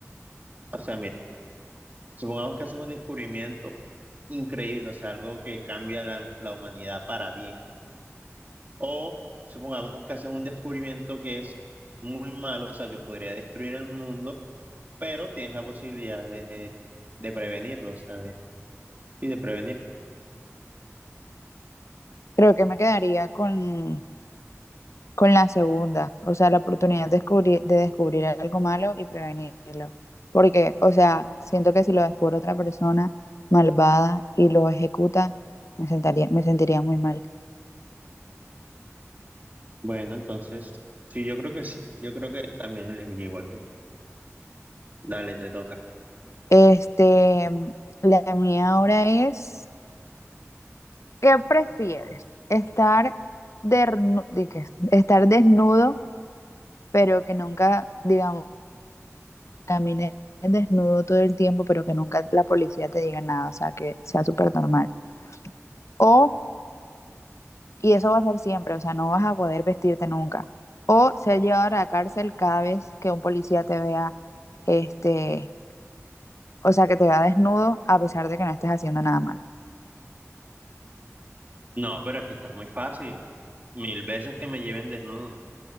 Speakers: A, on the right; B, on the left.
A: O sea, mira, supongamos que haces un descubrimiento increíble, o sea, algo que cambia la la humanidad para bien O supongamos que haces un descubrimiento que es muy malo, o sea, que podría destruir el mundo, pero tienes la posibilidad de, de prevenirlo, o sea, y de prevenir.
B: Creo que me quedaría con, con la segunda, o sea, la oportunidad de descubrir, de descubrir algo malo y prevenirlo. Porque, o sea, siento que si lo descubre otra persona malvada y lo ejecuta, me sentaría, me sentiría muy mal.
A: Bueno, entonces, sí, yo creo que sí. Yo creo que también elegiría igual que tú. Dale, te toca.
B: Este, la mía ahora es, ¿qué prefieres? ¿Estar, dernu- de qué? ¿Estar desnudo? pero que nunca, digamos, camines desnudo todo el tiempo, pero que nunca la policía te diga nada, o sea, que sea súper normal. O, y eso va a ser siempre, o sea, no vas a poder vestirte nunca. O ser llevado a la cárcel cada vez que un policía te vea, este, o sea, que te vea desnudo a pesar de que no estés haciendo nada malo.
A: No, pero es que está muy fácil. Mil veces que me lleven desnudo. O